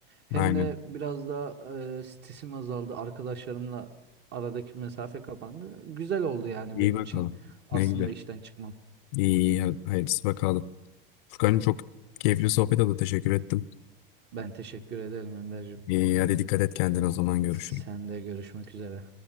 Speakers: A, on the right (about 35°); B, on the left (about 55°).
A: Hem
B: aynen.
A: de biraz daha e, stresim azaldı. Arkadaşlarımla aradaki mesafe kapandı. Güzel oldu yani
B: İyi
A: benim
B: bakalım.
A: için aslında
B: Ne güzel.
A: işten çıkmam.
B: İyi, iyi hadi hayırlısı bakalım. Furkan'cığım çok keyifli sohbet oldu. Teşekkür ettim.
A: Ben teşekkür ederim Önderciğim.
B: İyi, hadi dikkat et kendine o zaman görüşürüz.
A: Sen de görüşmek üzere.